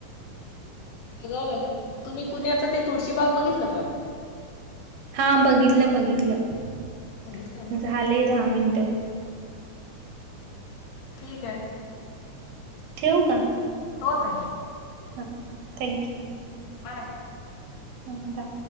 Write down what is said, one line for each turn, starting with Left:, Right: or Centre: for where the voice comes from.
Left: बघावं लागे्या तुम्ही पुण्याच ते तुळशी बाग बघितलं का
Right: हां बघितलं बघितलं
Left: बघितलंय ना
Right: झाले दहा मिनटं
Left: ठीक आहे
Right: ठेव का
Left: होत
Right: हा थँक्यू
Left: बाय
Right: हा का